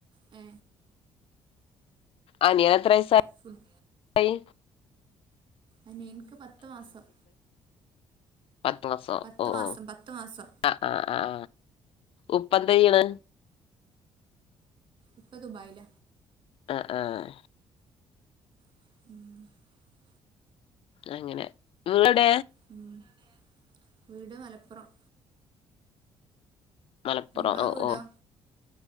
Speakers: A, on the right; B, on the left.
A: ഏ
B: അനിയന് എത്രയ്സായി.
A: ഫുഡ് അനിയൻക്ക് പത്ത് മാസം.
B: പത്ത് മാസോ
A: പത്ത്
B: ഒ
A: മാസം
B: ഓ
A: പത്ത് മാസം
B: ആ ആ ആ ആ ഉപ്പ ന്തയ്ണ്.
A: ഉപ്പ ദുബായില.
B: അ ആ ആഹ്.
A: <inaudible>
B: അങ്ങനെ, നിങ്ങളെടെ.
A: വീട് എവിടെ, വീട് മലപ്പുറം.
B: മലപ്പുറം
A: നിങ്ങളെ
B: ഓ
A: വീടോ
B: ഓ